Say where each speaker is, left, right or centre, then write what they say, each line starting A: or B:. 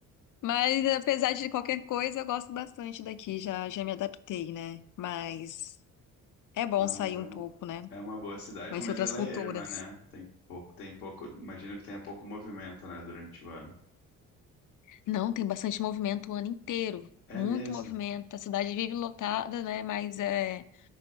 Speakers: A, on the left (about 45°); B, on the left (about 80°).
A: Mas apesar de qualquer coisa, eu gosto bastante daqui, já, já me adaptei, né? Mas é bom
B: Não,
A: sair
B: mas é
A: um
B: uma,
A: pouco, né?
B: é uma boa cidade,
A: Conhecer
B: mas
A: outras
B: ela
A: culturas.
B: é erma, né? Tem pouco, tem pouco, imagino que tenha pouco movimento, né, durante o ano.
A: Não, tem bastante movimento o ano inteiro.
B: É
A: Muito
B: mesmo?
A: movimento. A cidade vive lotada, né? Mas é,